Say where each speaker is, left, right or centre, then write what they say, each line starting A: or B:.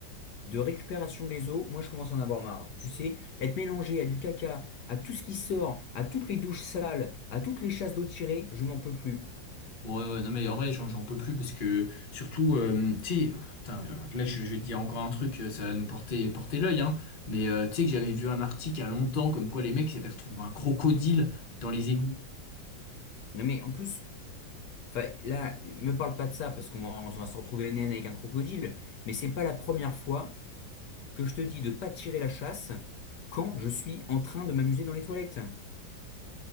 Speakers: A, on the left; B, on the left.
A: de récupération des eaux. Moi je commence à en avoir marre. Tu sais, être mélangé à du caca, à tout ce qui sort, à toutes les douches sales, à toutes les chasses d'eau tirées, je n'en peux plus.
B: Ouais, ouais, non mais en vrai, j'en j'en peux plus parce que, surtout, euh, tu sais, putain, euh, là, je, je vais te dire encore un truc, euh, ça va nous porter, porter l'œil, hein. Mais euh, tu sais que j'avais vu un article il y a longtemps comme quoi les mecs, ils avaient retrouvé un crocodile dans les égouts.
A: Non mais en plus. Enfin, là, me parle pas de ça parce qu'on va, on va se retrouver nez à nez avec un crocodile, mais c'est pas la première fois que je te dis de pas tirer la chasse quand je suis en train de m'amuser dans les toilettes.